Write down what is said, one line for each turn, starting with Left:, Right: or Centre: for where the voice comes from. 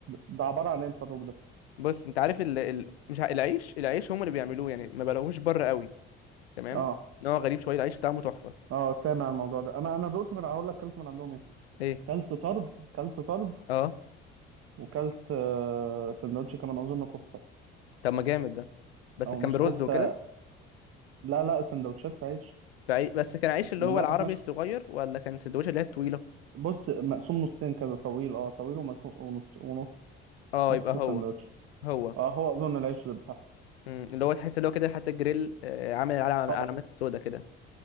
Right: ده عبارة عن ايه الفاروق ده
Left: بص انت عارف ال... ال... مش ع- العيش العيش هم اللي بيعملوه يعني ما بلاقوهوش بره قوي تمام
Right: اه
Left: نوع غريب شوية العيش بتاعه تحفة
Right: اه سامع الموضوع ده انا انا دقت من هقول لك كلت من عندهم
Left: ايه
Right: كلت طرب كلت طرب
Left: اه
Right: وكلت آه، سندوتش كمان اظن كفته
Left: طب ما جامد ده بس
Right: او
Left: كان
Right: مش
Left: برز
Right: كفته
Left: وكده
Right: لا لا سندوتشات في عيش
Left: بعي... بس كان عيش اللي
Right: من
Left: هو
Right: واحد
Left: العربي
Right: مشوي
Left: الصغير ولا كان سندوتش اللي هي الطويلة
Right: بص مقسوم نصين كده طويل اه طويل ومقسوم ونص ونص
Left: اه
Right: نص
Left: يبقى هو
Right: سندوتش
Left: هو
Right: اه هو اظن العيش اللي بتاعه
Left: مم. اللي هو تحس اللي هو كده حتى الجريل آه، عامل على-
Right: اه
Left: علامات سودا كده